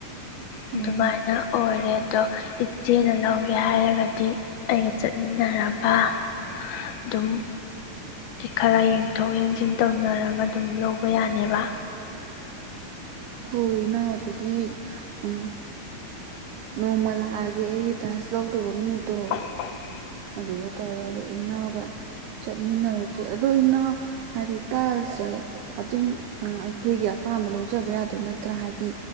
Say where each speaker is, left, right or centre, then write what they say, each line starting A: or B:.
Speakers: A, on the left; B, on the right.
A: ꯑꯗꯨꯃꯥꯏꯅ
B: ꯑꯣ
A: ꯑꯣꯏꯔꯦ ꯑꯗꯣ ꯏꯆꯦꯅ ꯂꯧꯒꯦ ꯍꯥꯏꯔꯒꯗꯤ ꯑꯩꯒ ꯆꯠꯃꯤꯟꯅꯔꯒ ꯑꯗꯨꯝ ꯈꯔ ꯌꯦꯡꯊꯣꯛ ꯌꯦꯡꯁꯤꯟ ꯇꯧꯅꯔꯒ ꯑꯗꯨꯝ ꯂꯧꯕ ꯌꯥꯅꯦꯕ
B: ꯍꯣꯏꯅ ꯑꯗꯨꯗꯤ ꯑ ꯅ ꯃꯜ ꯑꯒꯦ ꯑꯩ ꯇꯥꯁꯗꯧꯒꯣ ꯃꯤ ꯇꯣ
A: <unintelligible>
B: ꯑꯗꯨꯗ ꯇꯧꯔꯒ ꯏꯅꯥꯎꯒ ꯆꯠꯃꯤꯟꯅꯔꯁꯦ ꯑꯗꯣ ꯏꯅꯥꯎ ꯍꯥꯏꯗꯤ ꯇꯜꯁꯦ ꯑꯗꯨꯝ ꯑꯩꯈꯣꯏꯒꯤ ꯑꯄꯥꯝꯕ ꯂꯧꯖꯕ ꯌꯥꯗꯣꯏ ꯅꯠꯇ꯭ꯔꯥ ꯍꯥꯏꯗꯤ